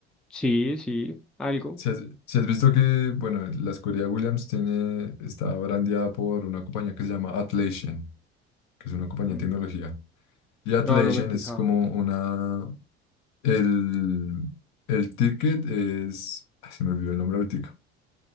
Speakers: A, in the centre; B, on the left.
A: Sí, sí, algo.
B: Si has, si has visto que, bueno, la escudería Williams tiene, está brandeada por una compañía que se llama Atlassian, que es una compañía
A: Mm,
B: de tecnología. Y Atlassian
A: No, no me he fijado.
B: es como una. El, el ticket es. ay, se me olvidó el nombre ahorita.